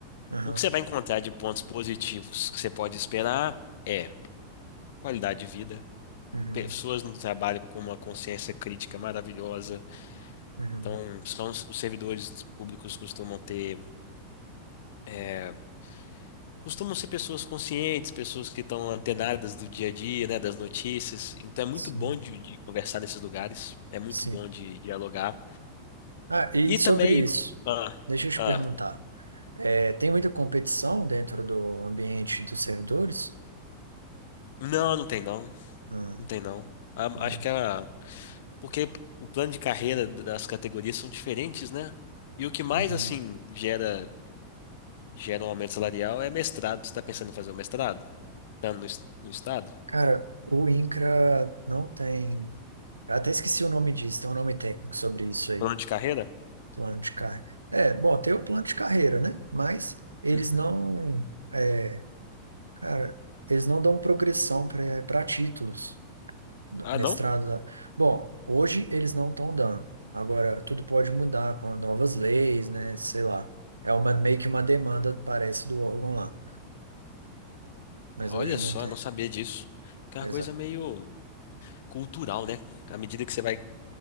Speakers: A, on the right (about 80°); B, on the left (about 55°).
A: Aham.
B: o que você vai encontrar de pontos positivos que você pode esperar é qualidade de vida,
A: Uhum.
B: pessoas no trabalho com uma consciência crítica maravilhosa.
A: Uhum.
B: Então, são os os servidores públicos costumam ter eh, costumam ser pessoas conscientes, pessoas que estão antenadas do dia a dia, né, das notícias. Então é muito
A: Sim,
B: bom de, de conversar nesses lugares, é muito
A: sim.
B: bom de dialogar.
A: Ah, e
B: E
A: sobre
B: também,
A: isso,
B: ah,
A: deixa eu te
B: ah,
A: perguntar. É, tem muita competição dentro do ambiente dos servidores?
B: não, não tem não,
A: Ah,
B: não tem não. A-
A: entendi.
B: Acho que a, porque o plano de carreira das categorias são diferentes, né? E o que mais
A: Uhum.
B: assim gera gera um aumento salarial é mestrado. Você está pensando em fazer o mestrado? Tá no, es- no estado?
A: Cara, o INCRA não tem. Eu até esqueci o nome disso, tem um nome técnico sobre isso aí,
B: Plano de carreira?
A: plano de carreira. É, bom, tem o plano de carreira, né? Mas eles
B: Uhum.
A: não. é, cara, eles não dão progressão para títulos,
B: Ah,
A: mestrado.
B: não?
A: Bom, hoje eles não estão dando. Agora, tudo pode mudar com novas leis, né? Sei lá. É uma, meio que uma demanda, parece, do órgão lá. Mas
B: Olha
A: hoje
B: só,
A: não tem.
B: não sabia disso. Que é
A: Pois
B: uma coisa
A: é.
B: meio cultural, né? À medida que você vai,